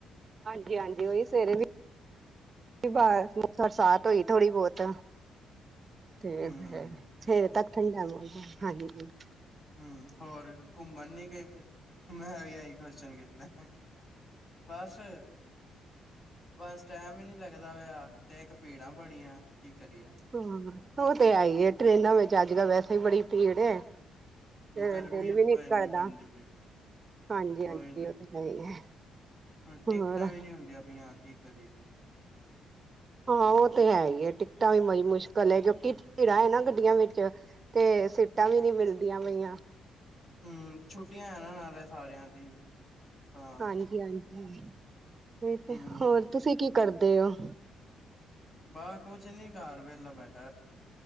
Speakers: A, on the right; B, on the left.
A: ਹਾਂਜੀ ਹਾਂਜੀ ਓਹੀ ਸੇਰੇ ਵੀ ਬਅ ਬਰਸਾਤ ਹੋਈ ਥੋੜ੍ਹੀ ਬਹੁਤ ਤੇ
B: ਹੂੰ
A: ਫੇ ਥੇਰ ਤੱਕ ਠੰਡ ਆ' ' <inaudible>
B: ਹਮ ਹੋਰ ਘੁੰਮਣ ਨੀ ਗਏ ਮੈਂ ਵੀ ਆਈ <unintelligible> ਕਿਤੇ ਬਸ ਬਸ ਟੈਮੀਨੀ ਲੱਗਦਾ ਹੋਇਆ ਤੇ ਇੱਕ ਭੀੜਾਂ ਬੜੀਆਂ ਕਰੀਏ
A: ਹਮ ਉਹ ਤੇ ਹੈਈ ਐ ਟ੍ਰਰੇਨਾਂ ਵਿੱਚ ਅੱਜ ਕੱਲ੍ਹ ਵੈਸੇ ਈ ਬੜੀ ਪੀੜ ਏ ਤੇ
B: ਗਰਮੀ
A: ਦਿਲ
B: ਉੱ
A: ਵੀ ਨੀ
B: ਇਨੀ
A: ਕਰਦਾ
B: ਪੈਂਦੀ ਪਈ
A: ਹਾਂਜੀ-ਹਾਂਜੀ
B: ਉਹੀ ਤੇ
A: ਉਹ ਤੇ ਹੈ ਹੀ ਹੈ
B: ਟਿਕਟਾਂ
A: ਹੋਰ
B: ਵੀ ਨੀ ਹੁੰਦੀਆਂ ਪਈ ਆ ਕੇ <inaudible>
A: ਹਾਂ ਉਹ ਤੇ ਹੈ ਹੀ ਹੈ ਟਿਕਟਾਂ ਵੀ ਮੜੀ ਮੁਸ਼ਕਿਲ ਹੈ ਕਿਉਂਕਿ ਭੀੜਾ ਹੈ ਨਾ ਗੱਡੀਆਂ ਵਿੱਚ ਤੇ ਸੀਟਾਂ ਵੀ ਨੀ ਮਿਲਦੀਆਂ ਪਈਆਂ।
B: ਹਮ ਛੁੱਟੀਆਂ ਹੈਨਾਂ ਨਾਲੇ ਸਾਰਿਆਂ ਦੀ ਤਾਂ
A: ਹਾਂਜੀ ਹਾਂਜੀ <inaudible> <unintelligible> ਤੇ
B: ਹੂੰ
A: ਹੋਰ ਤੁਸੀਂ ਕੀ ਕਰਦੇ ੳ
B: ਬਸ ਕੁਛ ਨੀ ਘਰ ਵੇਹਲਾ ਬੈਠ